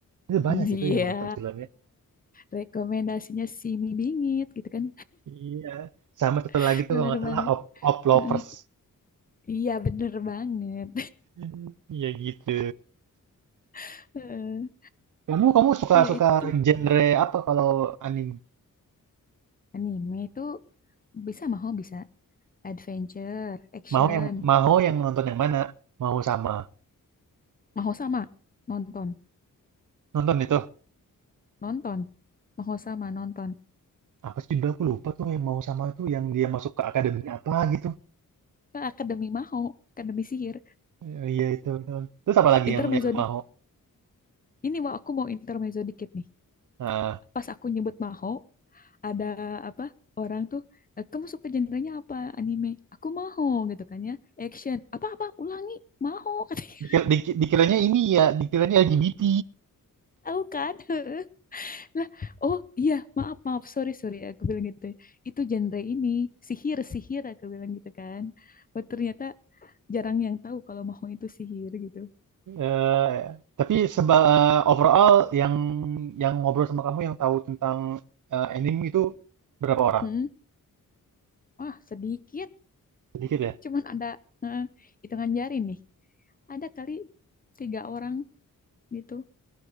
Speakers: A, on the right; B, on the left.
A: itu banyak
B: Dia
A: itu yang nonton filmnya
B: rekomendasinya si mie bingit gitu kan.
A: iya sama satu
B: <laughs>
A: lagi tuh
B: Bener
A: kalau nggak salah
B: banget.
A: Op Oplovers
B: Heeh. Iya, bener banget.
A: <laughs> Iya gitu.
B: <laughs> Heeh.
A: Kamu kamu suka
B: Iya
A: suka
B: itu
A: genre apa kalau anime?
B: Anime itu bisa maho bisa adventure, action,
A: Mau yang mau yang nonton yang mana? Mau sama.
B: maho sama nonton,
A: Nonton itu.
B: nonton, maho sama nonton.
A: Apa sih judulnya aku lupa tuh yang mau sama itu yang dia masuk ke akademi apa gitu.
B: <laughs> Akademi maho, akademi sihir,
A: Eh, Iya itu. itu. Terus apa lagi
B: intermezzo
A: yang yang
B: dik-
A: mau?
B: Ini mau aku mau intermezzo dikit nih.
A: Nah,
B: Pas aku nyebut maho, ada apa? Orang tuh, "Eh, kamu suka genrenya apa? Anime. Aku maho gitu kan ya. Action. Apa-apa? Ulangi. Maho <laughs> katanya.
A: dikira, diki- dikiranya ini ya, dikiranya LGBT.
B: Tahu kan? <laughs> Lah, oh iya, maaf, maaf, sorry, sorry, aku bilang gitu. ya. Itu genre ini, sihir, sihir, aku bilang gitu kan. Oh, ternyata jarang yang tahu kalau mau itu sihir gitu.
A: Eh, tapi seba overall yang yang ngobrol sama kamu yang tahu tentang eh, anime itu berapa orang?
B: Hmm, wah, sedikit,
A: Sedikit ya?
B: cuman ada eh, hitungan jari nih. Ada kali tiga orang gitu.